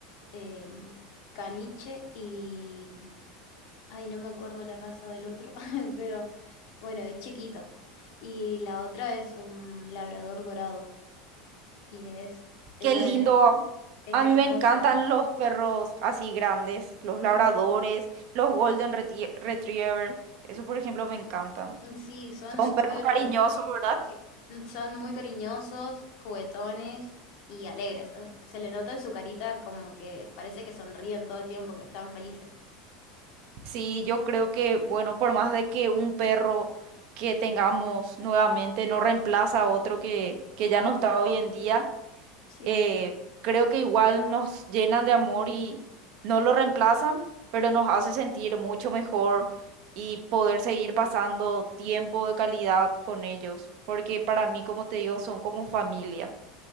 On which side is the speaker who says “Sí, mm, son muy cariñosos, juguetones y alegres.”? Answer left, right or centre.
Left